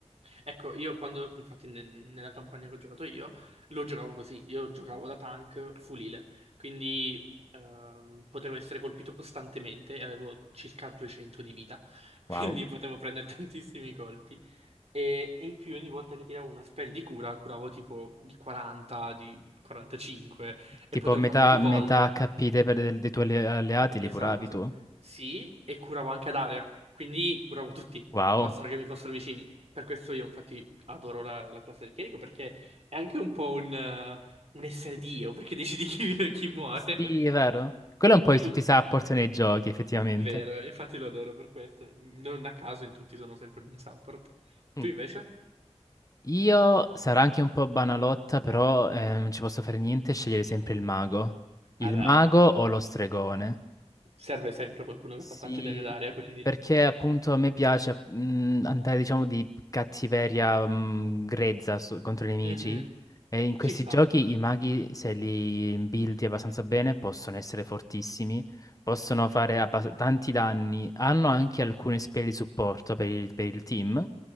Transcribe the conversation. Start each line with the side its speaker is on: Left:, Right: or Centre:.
Right: Ecco, io quando, infatti nel- nella campagna che ho giocato io, lo giocavo così, io giocavo da tank full healer, quindi ehm, potevo essere colpito costantemente e avevo circa 200 di vita, <laughs>
Left: Wow.
Right: quindi potevo prendere tantissimi colpi. E in più ogni volta che tiravo una spell di cura, curavo tipo di 40, di 45 e
Left: Tipo
Right: potevo
Left: metà,
Right: farlo più
Left: metà
Right: volte.
Left: HP dei, dei tuoi alle- alleati li
Right: Esatto,
Left: curavi tu?
Right: sì, e curavo anche ad area, quindi curavo tutti,
Left: Wow.
Right: bastava che mi fossero vicini. Per questo io infatti adoro la, la classe del chierico perché è anche un po' un, eh, un essere Dio, perché decidi chi vive e chi muore.
Left: Sì, è vero. Quello è un po'
Right: <laughs>
Left: di tutti i support nei giochi, effettivamente.
Right: Vero, infatti lo adoro per questo. Non a caso in tutti sono sempre main support.
Left: Mm.
Right: Tu invece?
Left: Io sarò anche un po' banalotta, però eh, non ci posso fare niente, scegliere sempre il mago. Il
Right: Eh beh,
Left: mago
Right: oh,
Left: o lo stregone?
Right: serve sempre qualcuno
Left: Sì,
Right: che fa tanti danni ad area, quindi...
Left: perché appunto a me piace mh, andare diciamo di cattiveria mh, grezza su- contro i nemici
Right: Mhm,
Left: e in questi
Right: Ci sta.
Left: giochi i maghi se li buildi abbastanza bene possono essere fortissimi, possono fare abbas- tanti danni, hanno anche alcune spell di supporto per il, per il team,